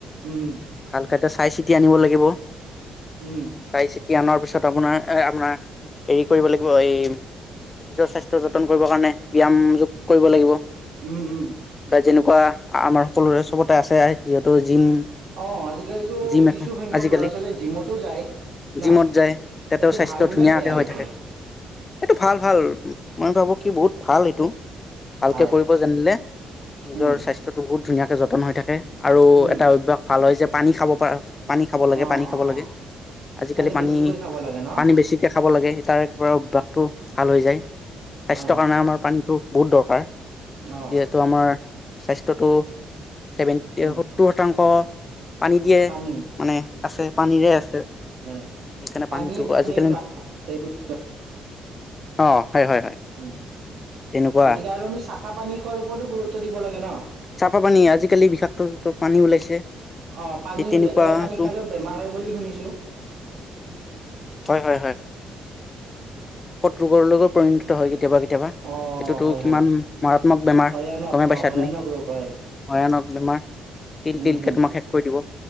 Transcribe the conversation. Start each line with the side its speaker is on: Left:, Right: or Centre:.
Right: উম
Left: ভালকটা চাই চিতি আনিব লাগিব।
Right: উম
Left: চাই চিতি আনাৰ পিছত আপোনাৰ এহ ', আপোনাৰ হেৰি কৰিব লাগিব এই, নিজৰ স্বাস্থ্য যতন কৰিবৰ কাৰণে। বিয়াম কৰিব লাগিব।
Right: উম উম
Left: বা যেনে কৰা আমাৰ সকলোৰে চবতে আছে যিহেতু জিম
Right: অঁ আজিকালিৰ
Left: জিম
Right: কিছুসংখ্যক
Left: এখন আজিকালি
Right: ল'ৰা ছোৱালীয়ে জিমতো যায় ন
Left: জিমত যায় তাতেও
Right: সেইটো
Left: স্বাস্থ্য
Right: ভাল
Left: ধুনীয়াকে
Right: নে বেয়া
Left: হৈ
Right: সেইটো
Left: থাকে এইটো ভাল ভাল মই ভাবো কি বহুত ভাল এইটো ভালকে
Right: হয়
Left: কৰিব জানিলে নিজৰ
Right: উম
Left: স্বাস্থ্য টো বহুত ধুনীয়াকৈ যত্ন পতন হৈ থাকে আৰু
Right: উম
Left: এটা অভ্যাস ভাল হয় যে পানী খাব পাৰ পানী খাব লাগে,
Right: অ
Left: পানী খাব
Right: অ অ
Left: লাগে, আজিকালি
Right: বেছিকৈ
Left: পানী,
Right: খাব লাগে ন
Left: পানী বেছিকৈ খাব লাগে তাৰে পৰা অভ্যাসটো ভাল হৈ যায় স্বাস্থ্যৰ
Right: হয় হয়
Left: কাৰণে আমাৰ টো বহুত দৰকাৰ
Right: অ
Left: যিহেতু আমাৰ স্বাস্থ্যটো ছেভেন
Right: উম
Left: সত্তৰ শতাংশ পানী দিয়ে
Right: পানী
Left: মানে আছে পানীৰে আছে
Right: হয়
Left: সেইকাৰণে
Right: পানীয়ে
Left: পানীটো
Right: পানীৰ
Left: আজিকালি
Right: প্ৰাণ সেইবুলি
Left: অঁ, হয়, হয়, হয়।
Right: উম
Left: তেনেকুৱা
Right: গতিকে আৰু আমি চাঁও চাহ পানী খোৱাৰ ওপৰতো গুৰুত্ব দিব লাগে ন
Left: চাফা পানী আজিকালি বিষাক্ত পানী ওলাইছে
Right: অঁ পানী
Left: এই তেনেকুৱাটো
Right: লেতেৰা পানী খালেওঁ বেমাৰ হয় বুলি শুনিছোঁ
Left: হয় হয় ৰোগৰ লগত পৰিণত হয় গৈ কেতিয়াবা কেতিয়াবা সেইটোতো
Right: অ হয়
Left: কিমান
Right: হয়
Left: মাৰাত্মক বেমাৰ
Right: ভয়ানক
Left: গমেই পাইছা তুমি
Right: <unintelligible>
Left: ভয়ানক বেমাৰ তিল
Right: উম
Left: তিলকে
Right: হম
Left: তোমাক শেষ কৰি দিব।